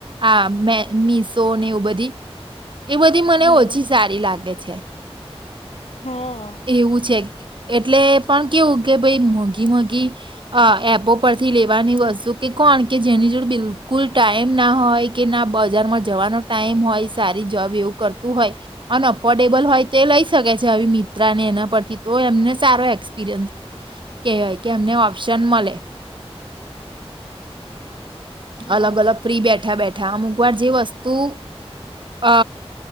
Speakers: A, on the right; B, on the left.
A: આ મીસો ને એવું બધી એ બધી મને
B: હા.
A: ઓછી સારી લાગે છે
B: હા
A: એવું છે એટલે પણ કેવું કે ભઈ મોંઘી મોઘી અ એપો પરથી લેવાની વસ્તુ કે કોણ કે જેની જોડ બિલકુલ ટાઈમ ના હોય કે ના બજારમાં જવાનો ટાઈમ હોય સારી જોબ એવું કરતું હોય અને અફોર્ડેબલ હોય તે લઈ શકે છે આવી મિન્ત્રા એના પરથી તો એમને સારો એક્સપિરિયન્સ કેવાય કે એમને ઓપ્શન મલે
B: હા
A: અલગ અલગ ફ્રી બેઠા બેઠા અમુક વાર જે વસ્તુ અ